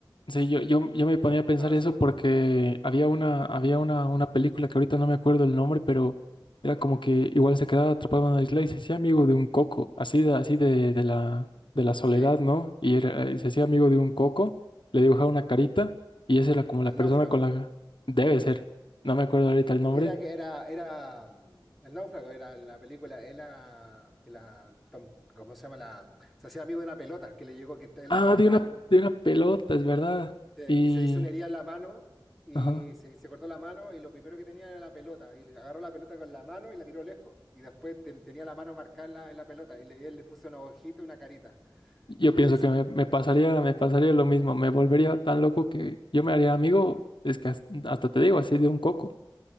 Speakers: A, on the left; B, in the centre.
A: Sí, yo, yo, yo me ponía a pensar
B: para la
A: eso
B: supervivencia.
A: porque había una, había una, una película que ahorita no me acuerdo el nombre, pero era como que igual se quedaba atrapado en una isla y se hacía amigo de un coco, así de, así de, de la, de la soledad,
B: Sí,
A: ¿no? Y era- eh, se hacía amigo de un coco, le dibujaba una carita y esa era como la
B: el
A: persona
B: náufrago.
A: con la debe ser. No me acuerdo ahorita el nombre.
B: Era que era, era, mm, el náufrago era la película, era que la, Tom- ¿cómo se llama? La, se hacía amigo de una pelota que le llegó, que él
A: Ah,
B: trabajaba
A: de una, de una pelota, es verdad.
B: que
A: Y...
B: que se hizo una herida en la mano y
A: Ajá.
B: se, se cortó la mano y lo primero que tenía era la pelota y le agarró la pelota con la mano y la tiró lejos y después ten- tenía la mano marcada en la, en la pelota y, le, y él le puso una hojita, una carita,
A: Yo
B: el Wilson.
A: pienso que me, me pasaría, me pasaría lo mismo, me volvería tan loco que yo me haría amigo, es que has- hasta te digo, así de un coco.